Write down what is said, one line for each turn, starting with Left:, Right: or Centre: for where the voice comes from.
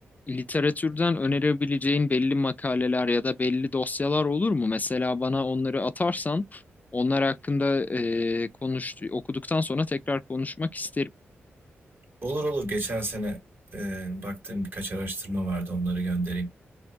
Left: literatürden önerebileceğin belli makaleler ya da belli dosyalar olur mu? Mesela bana onları atarsan onlar hakkında e, konuş, okuduktan sonra tekrar konuşmak isterim.
Right: Olur olur geçen sene e, baktığım birkaç araştırma vardı onları göndereyim.